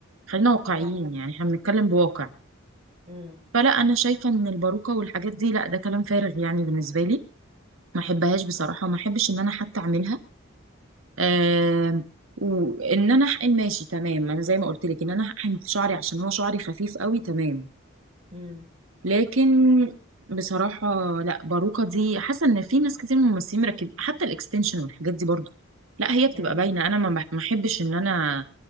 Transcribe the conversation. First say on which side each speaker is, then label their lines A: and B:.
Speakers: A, on the right; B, on the right.
A: خلينا واقعيين
B: صح
A: يعني احنا بنتكلم بواقع
B: امم
A: فلا انا شايفه ان الباروكه والحاجات دي لا ده كلام فارغ يعني بالنسبه لي ما احبهاش بصراحه وما احبش ان انا حتى اعملها آم، وان انا احقن ماشي تمام انا زي ما قلت لك ان انا احقن في شعري عشان هو شعري خفيف قوي تمام
B: امم
A: لكن بصراحة لا باروكة دي حاسة ان في ناس كتير من الممثلين مركبين حتى الاكستنشن والحاجات دي برضو لا هي بتبقى
B: امم
A: باينة انا ما بح- ما احبش ان انا